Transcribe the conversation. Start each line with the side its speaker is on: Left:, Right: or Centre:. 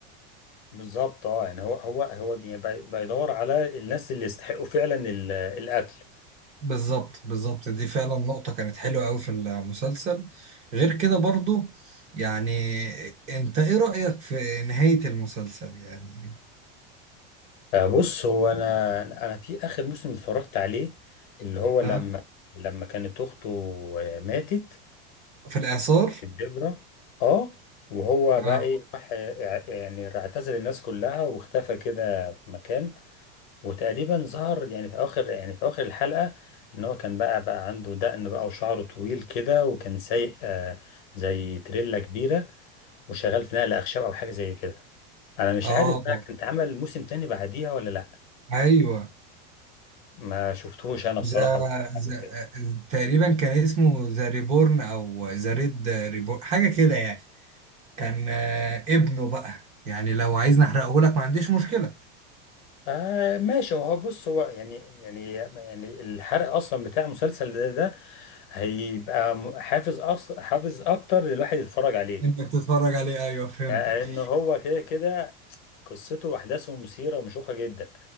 Left: بالظبط اه يعني هو هو هو دي- يعني بي- بيدور على الناس اللي يستحقوا فعلا ال- القتل
Right: بالظبط بالظبط دي فعلا نقطة كانت حلوة أوي في المسلسل غير كده برضو يعني أنت إيه رأيك في نهاية المسلسل يعني
Left: آه، بص هو انا انا في اخر موسم اتفرجت عليه اللي هو لما
Right: ها
Left: لما كانت اخته آه، ماتت
Right: في الإعصار
Left: الجبرة اه وهو
Right: ها
Left: بقى ايه راح يع- يعني اعتزل الناس كلها واختفى كده في مكان وتقريبا ظهر يعني في اخر يعني في اخر الحلقة ان هو كان بقى بقى عنده دقن بقى وشعره طويل كده وكان سايق آه زي تريلا كبيرة وشغال في نقل اخشاب او حاجة زي كده انا مش
Right: آه
Left: عارف بقى كان اتعمل موسم تاني بعديها ولا لا
Right: أيوه
Left: ما شفتهوش انا بصراحة
Right: ذا
Left: بعد
Right: ذا
Left: كده
Right: تقريبا كان اسمه ذا ريبورن أو ذا ريد ريبورن حاجة كده يعني كان آه، ابنه بقى يعني لو عايز نحرقه لك ما عنديش مشكلة
Left: آه ماشي هو بص هو يعني يعني يعني الحرق اصلا بتاع مسلسل ده, ده هيبقى م- حافز أص... حافز اكتر للواحد يتفرج عليه
Right: أنت بتتفرج عليه أيوه فهمتك
Left: لان هو كده كده قصته واحداثه مثيره ومشوقه جدا